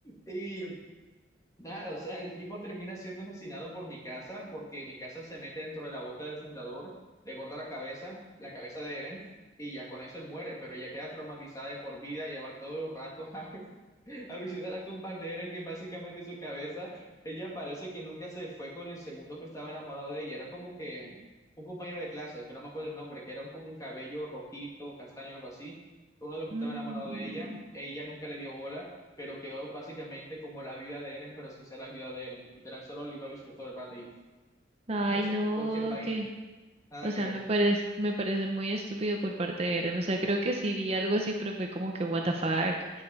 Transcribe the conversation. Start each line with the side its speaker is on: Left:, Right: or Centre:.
Left: Y nada, o sea, el tipo termina siendo asesinado por mi casa porque mi casa se mete dentro de la boca del fundador, le corta la cabeza, la cabeza de Eren. Y ya con eso él muere, pero ya queda traumatizada de por vida, ya va todos los ratos <laughs> a, a visitar a un Bandera, en que básicamente su cabeza, ella parece que nunca se fue con el segundo que estaba enamorado de ella. Era como que un compañero de clase, pero no me acuerdo el nombre, que era un- como un cabello rojito, castaño, algo así. Uno de los que
Right: Mm.
Left: estaba enamorado de ella, ella nunca le dio bola, pero quedó básicamente como la viuda de Eren, pero sin ser la viuda de Eren. Literal, solo le iba a visitar todo el rato y
Right: Ay,
Left: <laughs>
Right: no,
Left: cualquier vaina,
Right: que,
Left: nada
Right: o
Left: que
Right: sea,
Left: ver.
Right: me parece, me parece muy estúpido por parte de Eren. O sea, creo que sí vi algo así, pero fue como que, what the fuck,